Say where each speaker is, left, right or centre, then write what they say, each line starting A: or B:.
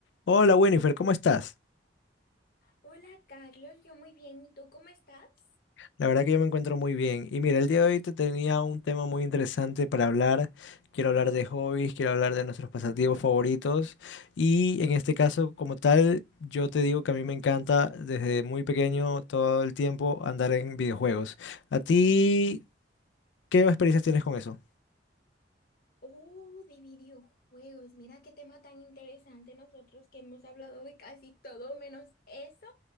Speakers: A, on the left (about 75°); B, on the left (about 55°).
A: Hola Winifred, ¿cómo estás?
B: Hola Carlos, yo muy bien, ¿y tú cómo estás?
A: La verdad que yo me encuentro muy bien. Y mira, el día de hoy te tenía un tema muy interesante para hablar. Quiero hablar de hobbies, quiero hablar de nuestros pasatiempos favoritos. Y en este caso, como tal, yo te digo que a mí me encanta desde muy pequeño todo el tiempo andar en videojuegos. ¿A ti qué experiencias tienes con eso?
B: Oh, de videojuegos. Mira qué tema tan interesante nosotros que hemos hablado de casi todo menos eso.